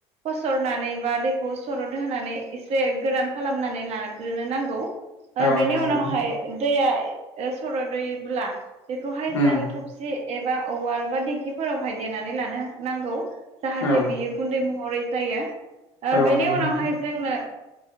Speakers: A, on the right; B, on the left.
A: फसरनानै बा दैखौ सरद होनानै एसे गोरान खालामनानै लाग्रोनो नांगौ। ओ
B: औ
A: बेनि
B: नंगौ
A: उनावहाय
B: नोंथां
A: दैया ओ सर'दैब्ला बेखौहाय
B: उम
A: जों थबसि एबा उवाल बा दिंखिफोरावहाय देनानै लानो नांगौ जाहाथे
B: औ
A: बियो गुन्दै महरै जायो
B: औ
A: बेनि
B: नंगौ
A: उनावहाय
B: नोंथां
A: जोंनो